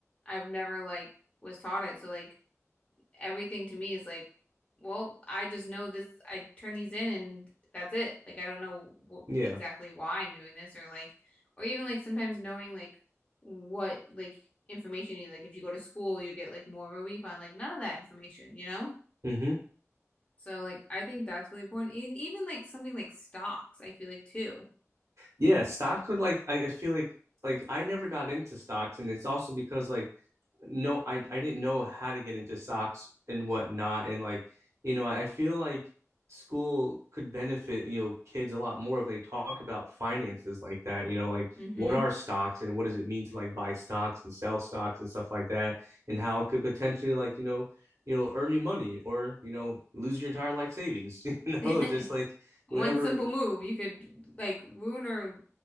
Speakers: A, on the left (about 25°); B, on the right (about 70°).
A: I've never like was taught it. So like everything to me is like, well, I just know this. I turn these in and that's it. Like I don't know wh
B: yeah
A: exactly why I'm doing this or like or even like sometimes knowing like what like information you like if you go to school you get like more of a refund. Like none of that information, you know?
B: hmm
A: So like I think that's really important. And even like something like stocks, I feel like too.
B: yeah stocks would like i I feel like like i never got into stocks and it's also because like no, I I didn't know how to get into stocks and whatnot. And like, you know, I, I feel like school could benefit, you know, kids a lot more if they talk about finances like that, you know, like
A: hmm
B: what are stocks and what does it mean to like buy stocks and sell stocks and stuff like that, and how it could potentially like, you know, you know, earn you money or, you know, lose your entire life savings, <laughs> you
A: <laughs>
B: know, just like
A: One
B: whatever
A: simple move, you could like ruin or